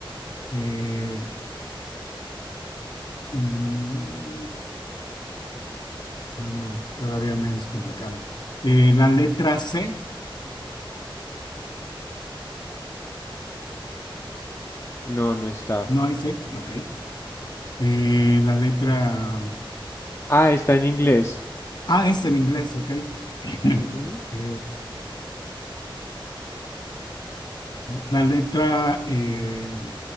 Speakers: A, on the left; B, on the left.
A: Eh, mm, no, no, todavía menos complicada. Eh, la letra C,
B: No, no está.
A: no hay C, ok. Eh, la letra
B: Ah, está en inglés.
A: A es en inglés, ok. <coughs>
B: Ujú,
A: Eh, la letra eh,